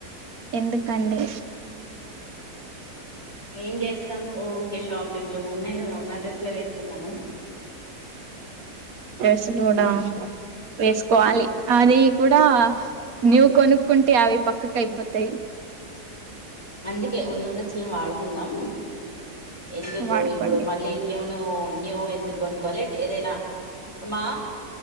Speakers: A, on the right; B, on the left.
A: ఎందుకండి
B: ఏం చేస్తాం ఊకే షాపింగ్లు ఉన్నాయి కదా ఉన్న డ్రెస్ లే వేసుకుందామని
A: అసలోన వేసుకోవాలి అది కూడా న్యూ కొనుక్కుంటే అవి పక్కకు అయిపోతాయి.
B: అందుకే ఉన్న డ్రెస్లను వాడుకుందాం ఎందుకు
A: వాడుకోండి
B: ఇప్పుడు మళ్ళీ న్యూ నో న్యో ఎందుకు కోనుకోలే ఏదైనా మా